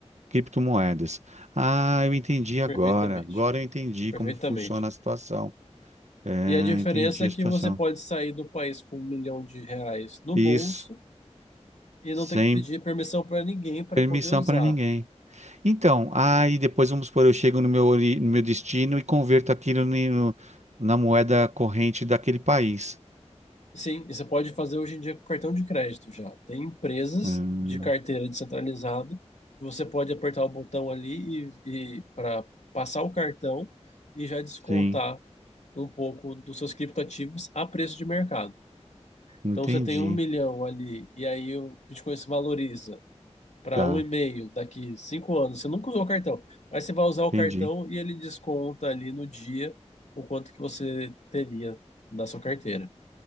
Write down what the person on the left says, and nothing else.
perfeitamente.
Perfeitamente.
E
a diferença
é
que
você pode sair do país com um milhão de reais no
bolso e
não ter que pedir permissão para ninguém para
poder usar.
Sim, e você pode fazer hoje em dia com cartão de crédito já. Tem empresas
de carteira descentralizada que você pode apertar o botão ali e, e para passar o cartão e já descontar
um pouco dos seus criptoativos a preço de mercado.
Então você tem um milhão ali e aí o Bitcoin se valoriza para
um e meio daqui cinco anos. Você nunca usou o cartão. Aí você vai usar o
cartão e ele desconta ali no dia o quanto que você teria da sua carteira.